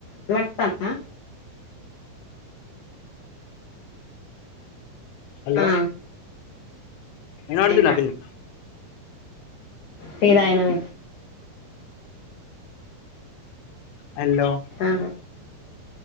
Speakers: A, on the left; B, on the left.
A: త <inaudible> <unintelligible>
B: హలో
A: ఆ
B: వినపడుతుందా
A: ఇంకా
B: పిన్ని
A: టీ తాగిన నేన్
B: హలో
A: ఆ